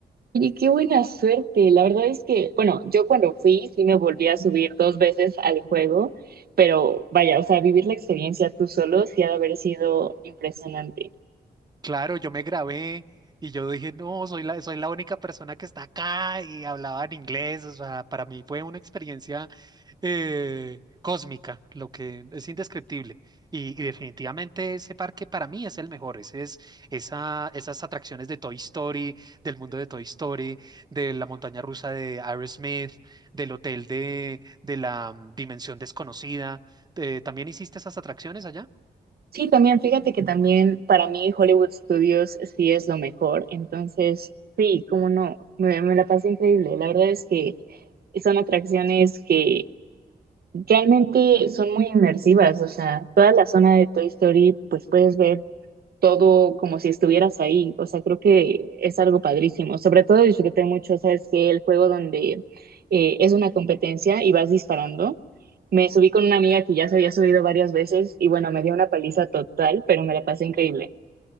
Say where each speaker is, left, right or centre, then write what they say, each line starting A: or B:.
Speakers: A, on the right; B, on the right.
A: Oye, qué buena suerte. La verdad es que, bueno, yo cuando fui sí me volví a subir dos veces al juego, pero vaya, o sea, vivir la experiencia tú solo sí ha de haber sido impresionante.
B: Claro, yo me grabé y yo dije, no, soy la, soy la única persona que está acá y hablaba en inglés. O sea, para mí fue una experiencia eh, cósmica, lo que es indescriptible. Y, y definitivamente ese parque para mí es el mejor. Ese es, esa, esas atracciones de Toy Story, del mundo de Toy Story, de la montaña rusa de Aerosmith, del hotel de, de la mm, dimensión desconocida. Eh, ¿también hiciste esas atracciones allá?
A: Sí, también, fíjate que también para mí Hollywood Studios sí es lo mejor. Entonces, sí, cómo no, me, me la pasé increíble. La verdad es que son atracciones que Realmente son muy inmersivas, o sea, toda la zona de Toy Story, pues puedes ver todo como si estuvieras ahí, o sea, creo que es algo padrísimo. Sobre todo disfruté mucho, sabes que el juego donde eh, es una competencia y vas disparando, me subí con una amiga que ya se había subido varias veces y bueno, me dio una paliza total, pero me la pasé increíble.